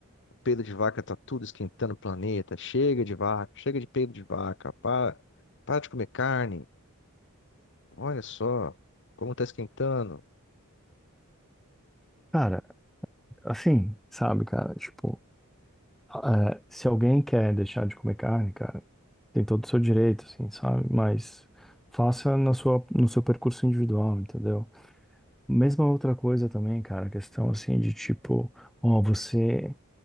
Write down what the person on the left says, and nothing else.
Peido de vaca tá tudo esquentando o planeta. Chega de vaca, chega de peido de vaca. Para, para de comer carne. Olha só como tá esquentando.